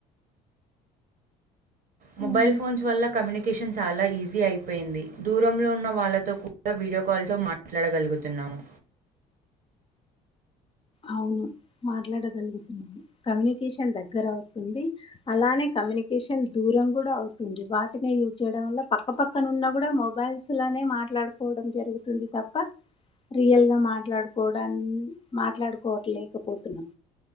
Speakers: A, on the right; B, on the left.
A: మొబైల్
B: ఉమ్
A: ఫోన్స్ వల్ల కమ్యూని కేషన్ చాలా ఈజీ అయిపోయింది. దూరంలో ఉన్న వాళ్లతో కూడా వీడియో కాల్తో మాట్లాడగలుగుతున్నాము.
B: అవును మాట్లాడగలుగుతున్నాము. కమ్యూనికేషన్ దగ్గర అవుతుంది. అలానే కమ్యూనికేషన్ దూరం కూడా అవుతుంది. వాటినే యూజ్ చేయడం వల్ల పక్కపక్కనున్న గుడా మొబైల్సనే మాట్లాడుకోవడం జరుగుతుంది తప్ప రియల్గా మాట్లాడుకోవడా మాట్లాడుకోవట్లేకపోతున్నాం